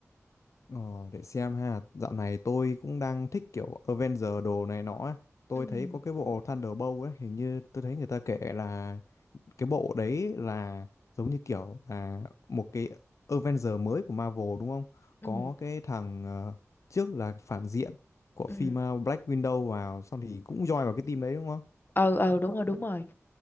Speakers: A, on the left; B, on the left.
A: Ờ, để xem ha. Dạo này tôi cũng đang thích kiểu Avenger đồ này nọ á. Tôi
B: ừ
A: thấy có cái bộ Thunderbolt ấy, hình như tôi thấy người ta kể là cái bộ đấy là giống như kiểu là một cái Avenger mới của Marvel đúng không?
B: ừ
A: Có cái thằng ờ, trước là phản diện của
B: ừ
A: phim ờ, Black Widow vào xong thì cũng join vào cái team đấy đúng không?
B: ừ ừ, đúng rồi đúng rồi